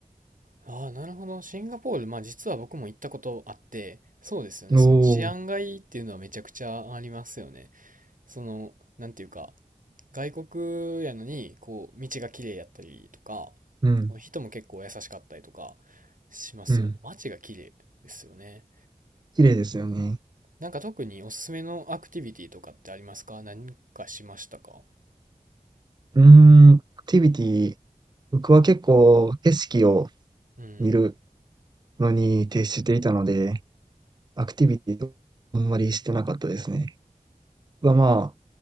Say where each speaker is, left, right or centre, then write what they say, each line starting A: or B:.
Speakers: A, on the right (about 65°); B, on the right (about 30°).
A: ああ、なるほど。シンガポール、まあ実は僕も行ったことあって、そうですよね。
B: おお、
A: その治安がいいっていうのはめちゃくちゃありますよね。その、なんていうか、外国やのに、こう、道が綺麗やったりとか、
B: うん、
A: 人も結構優しかったりとかしますよね。
B: うん。
A: 街が綺麗ですよね。
B: 綺麗ですよね。
A: なんか特におすすめのアクティビティとかってありますか何かしましたか
B: うーん、アクティビティ、僕は結構景色を
A: うん。
B: 見るのに徹していたので、アクティビティをあんまりしてなかったですね。はま